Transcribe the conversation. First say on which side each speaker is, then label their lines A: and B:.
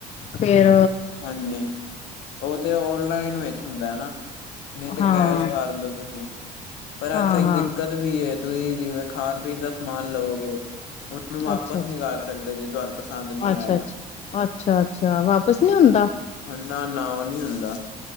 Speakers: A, on the left; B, on the left.
A: ਫ਼ੇਰ
B: ਹਾਂਜੀ, ਉਹ ਤੇ ਔਨਲਾਈਨ ਵਿੱਚ ਹੁੰਦਾ ਨਾ, ਨਹੀਂ ਤੇ
A: ਹਾਂ
B: ਕੈਸ਼ ਕਰ ਲੋ ਤੁਸੀਂ ਪਰ
A: ਹਾਂ ਹਾਂ
B: ਇੱਥੇ ਇੱਕ ਦਿੱਕਤ ਵੀ ਐ ਤੁਸੀਂ ਜਿਵੇਂ ਖਾਣ-ਪੀਣ ਦਾ ਸਮਾਨ ਲਵੋਗੇ ਹੁ ਉਹਨੂੰ ਵਾਪਸ
A: ਅੱਛਾ ਅੱਛਾ
B: ਨੀ ਕਰ ਸਕਦੇ ਜੇ ਤੁਹਾਨੂੰ ਪਸੰਦ ਨੀ
A: ਅੱਛਾ-ਅੱਛਾ,
B: ਆਇਆ।
A: ਅੱਛਾ-ਅੱਛਾ ਵਾਪਿਸ ਨੀ ਹੁੰਦਾ?
B: ਨਾ-ਨਾ ਉਹ ਨੀ ਹੁੰਦਾ,